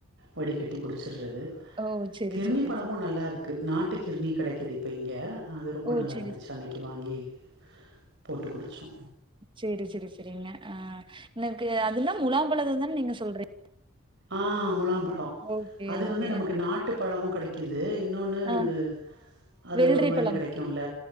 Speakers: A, on the right; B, on the right.
A: வடிகட்டி குடிச்சிர்றது
B: ஓ! சரி,
A: கிர்ணி
B: சரி.
A: பழமூ நல்லாருக்கு நாட்டு கிர்ணி கெடைக் இது இப்ப இங்க அது ரொம்ப
B: ஓ!
A: நல்லாருந்துச்சு
B: சரி,
A: அன்னைக்கி வாங்கி போட்டு குடிச்சோ
B: சேரி செரி செரிங்க ஆ எனக்கு அதுன்னா முலாம்பழத தானே நீங்க சொல்றீங்க
A: ஆ முலாம்பழ் ழோ
B: ஓகே,
A: அது வந்து
B: ஓகே.
A: நமக்கு நாட்டு பழமூ கெடைக் து இன்னொன்னு
B: ஆ
A: அது அது
B: வெள்ளரி
A: ஒரு மாரி
B: பழம்.
A: கெடைக்கூல்ல